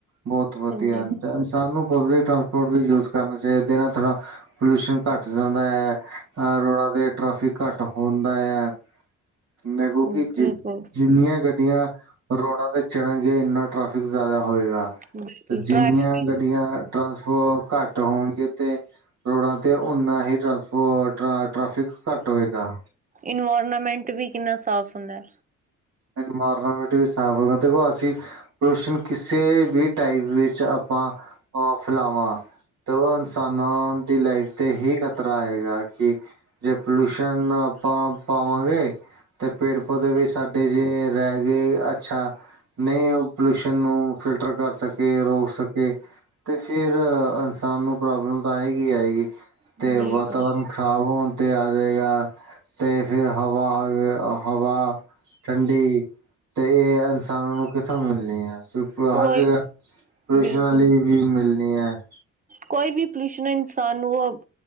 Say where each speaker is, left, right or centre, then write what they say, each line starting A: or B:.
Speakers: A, on the right; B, on the right.
A: ਬਹੁਤ ਵਧੀਆ
B: ਹਾਂਜੀ
A: ਹਨ। ਇਨਸਾਨ ਨੂੰ ਪਬਲਿਕ ਟਰਾਂਸਪੋਰਟ ਵੀ ਯੂਜ਼ ਕਰਨਾ ਚਾਹੀਦਾ ਇਹਦੇ ਨਾਲ ਥੋੜ੍ਹਾ। ਪੋਲਿਊਸ਼ਨ ਘੱਟ ਜਾਂਦਾ ਹੈ, ਰੋਡਾਂ 'ਤੇ ਟ੍ਰੈਫਿਕ ਵੀ ਘੱਟ ਹੁੰਦਾ ਹੈ। ਨੇਗੋਂ ਕਿ
B: ਬਿਲਕੁਲ
A: ਜਿ ਜਿਨੀਆਂ ਗ ਗੱਡੀਆਂ ਰੋਡਾਂ ਤੇ ਚੜਨਗੇ ਇੰਨਾ ਟ੍ਰੈਫਿਕ ਜ਼ਿਆਦਾ ਹੋਏਗਾ
B: ਬਿਲਕੁਲ
A: ਤੇ ਜਿੰਨੀਆਂ
B: ਟ੍ਰੈਫਿਕ
A: ਗ। ਗੱਡੀਆਂ ਟਰਾਂਸਪੋ ਘੱਟ ਹੋਣਗੇ ਤੇ। ਰੋਡਾਂ 'ਤੇ ਉਓਨਾ ਹੀ ਟਰਾਂਪੋ ਟਰਾ ਟ੍ਰੈਫਿਕ ਘੱਟ ਹੋਵੇਗਾ।
B: ਇਨਵਾਇਰਨਮੈਂਟ ਵੀ ਕਿੰਨਾ ਸਾਫ਼ ਹੁੰਦਾ।
A: ਇਨਵਾਇਰਨਮੈਂਟ ਵੀ ਸਫ਼ ਦੇਖੋ ਅਸੀਂ। ਪੋਲੂਸ਼ਨ ਕਿਸੇ ਵੀ ਟਾਈਪ ਵਿੱਚ ਆਪਾਂ, ਅਹ, ਫੈਲਾਵਾਂ। ਤੋ ਇਨਸਾਨਾਂ ਦੀ ਲਾਈਫ 'ਤੇ ਹੀ ਖ਼ਤਰਾ ਆਏਗਾ ਕਿ? ਜੇ ਪੋਲੂਸ਼ਨ ਆਪਾਂ ਪਾਵਾਂਗੇ, ਤੇ ਪੇੜ ਪੌਦੇ ਵੀ ਸਾਡੇ। ਏ ਜੀ, ਰਹਿ ਗਏ। ਅੱਛਾ। ਨਹੀਂ, ਉਹ ਪੋਲਿਊਸ਼ਨ ਨੂੰ ਫਿਲਟਰ ਕਰ ਸਕੇ, ਰੋਕ ਸਕੇ। ਤੇ ਫਿਰ ਇਨਸਾਨ ਨੂੰ ਪ੍ਰੋਬਲਮ ਤਾਂ ਆਏਗੀ ਹੀ ਆਏਗੀ,
B: ਹੈ
A: ਤੇ
B: ਬਿਲਕੁਲ
A: ਵਾਤਾਵਰਨ। ਖ਼ਰਾਬ ਹੋਣ 'ਤੇ ਆ ਜਾਏਗਾ, ਅਤੇ ਫਿਰ ਹਵਾ, ਹਵਾ। ਠੰਡੀ, ਤੇ ਇਹ ਇਨਸਾਨਾਂ ਨੂੰ ਕਿੱਥੋਂ ਮਿਲਣੀ ਹੈ?
B: ਕੋਈ
A: ਹਰ ਜਗ੍ਹਾ ਪੌਲੂਸ਼ਨ
B: ਬਿਲਕੁਲ
A: ਵਾਲੀ ਵਿ ਮਿਲਣੀ ਹੈ।
B: ਕੋਈ ਵੀ ਪੋਲਿਊਸ਼ਨ, ਇਨਸਾਨ ਉਹ।